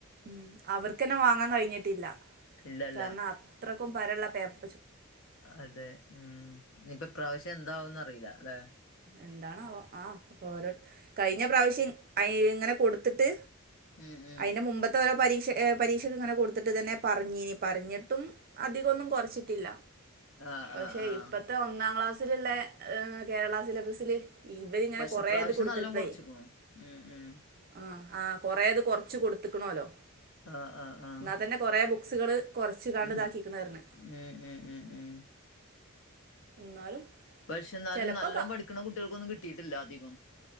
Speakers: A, on the right; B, on the left.
A: ഉം അവർക്കന്നെ വാങ്ങാൻ കഴിഞ്ഞിട്ടില്ല.
B: ഇല്ലല്ല
A: കാരണം അത്രക്കും പരള്ള പേപ്
B: അതെ ഉം ഇനിപ്പ പ്രാവശ്യം എന്താവുംന്ന് അറിയില്ലല്ലേ
A: എന്താണവോ ആഹ് അപ്പ ഓരോ കഴിഞ്ഞ പ്രാവശ്യം അയ് ഇങ്ങനെ കൊട്ത്തിട്ട്
B: ഉം ഉം
A: അയിന്റെ മുമ്പത്തെ ഓരോ പരീക്ഷ ഏഹ് പരീക്ഷയ്ക്ക് ഇങ്ങനെ കൊടുത്തിട്ട് തന്നെ പറഞ്ഞീനി പറഞ്ഞിട്ടും അധികോന്നും കൊറച്ചിട്ടില്ല
B: ആഹ്
A: പക്ഷെ
B: ആഹ് ആഹ്
A: ഇപ്പത്തെ ഒന്നാം ക്ലാസ്സിലുള്ളെ ഏഹ് കേരള സിലബസില് ഇവരിങ്ങനെ
B: പക്ഷെ
A: കൊറേത്
B: ഇപ്രാവശ്യം
A: കൊടുത്തിപ്പ്ളെ
B: നല്ലോം കൊറച്ച്ക്ക്ണു ഉം ഉം
A: ആഹ് ആഹ് കൊറേത് കൊറച്ച് കൊടുത്ത്ക്ക്ണോല്ലോ
B: ആഹ് ആഹ് ആഹ്
A: ന്നാ തന്നെ കൊറെ ബുക്സുകള് കൊറച്ച് കാണ്ട്
B: ഉം
A: ഇതാക്കിക്ക്ണ് പറഞ്ഞ്
B: ഉം ഉം ഉം ഉം
A: എന്നാലും
B: പക്ഷെ ന്നാലും
A: ചെലപ്പോ
B: നല്ലോ
A: ക
B: പഠിക്കണ കുട്ടികൾക്കൊന്നും കിട്ടിട്ടില്ല അധികോം